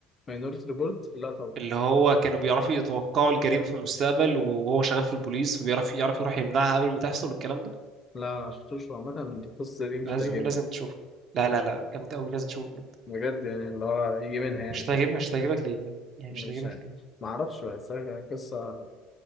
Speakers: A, on the left; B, on the right.
A: ماينورتي ريبورت لا طبعا
B: اللي هو كانوا بيعرفوا يتوقعوا الجريمة في المستقبل وهو شغال في البوليس وبيعرف يعرف يروح يمنعها قبل ما تحصل والكلام ده
A: لا انا مشفتوش هو عامة القصة دي مش
B: لازم
A: هتعجبني
B: لازم تشوفه لا
A: مش
B: لا لا جامد قوي لازم تشوفه بجد
A: بجد يعني اللي هو يجي منها يعني
B: مش هتعجبك
A: كده
B: مش هتعجبك ليه يعني
A: مش
B: مش هتعجبك
A: عارف
B: ليه
A: معرفش بحسها قصة